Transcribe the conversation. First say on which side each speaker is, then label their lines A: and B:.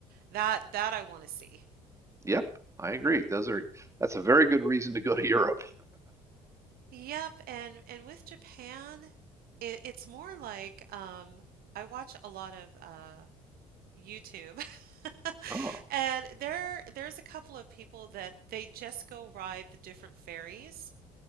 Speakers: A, on the right; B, on the right.
A: that that I want to see.
B: Yep, I agree. Those are that's a very good reason to go to Europe.
A: Yep, and and with Japan, it, it's more like um, I watch a lot of uh, YouTube, <laughs>
B: Oh,
A: and there there's a couple of people that they just go ride the different ferries,